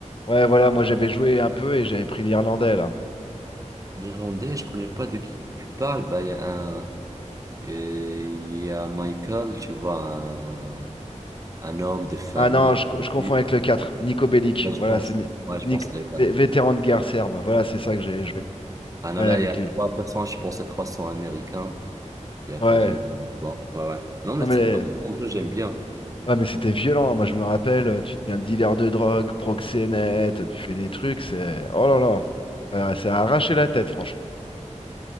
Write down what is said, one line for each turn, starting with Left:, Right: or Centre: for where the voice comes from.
Left: Ouais, voilà, moi j'avais joué un peu et j'avais pris l'Irlandais, là.
Right: L'Irlandais, je connais pas de qui tu parles. Bah, il y a un, euh, il y a Michael, tu vois, un, un homme de famille.
Left: Ah non, je, co- je confonds
Right: Oui.
Left: avec le 4, Nico Bellic.
Right: Ouais,
Left: Voilà,
Right: je pense.
Left: c'est Ni-
Right: Ouais,
Left: c'est
Right: je
Left: Nic-
Right: pense que c'est le cas.
Left: vé- vétéran de guerre serbe. Voilà, c'est ça que j'avais joué.
Right: Ah non,
Left: Ouais,
Right: là,
Left: avec
Right: il y a trois
Left: lui.
Right: personnages, je pense c'est trois cents américains. Il y a
Left: Ouais.
Right: pas d'Irlandais, quoi. Ouais, ouais. Non, mais
Left: Non,
Right: c'est
Left: mais...
Right: pas mal comme jeu, j'aime bien.
Left: Ah mais c'était violent, hein. moi je me rappelle, euh, tu deviens dealer de drogue, proxénète, tu fais des trucs, c'est... Oh là là, ça ça a arraché la tête, franchement.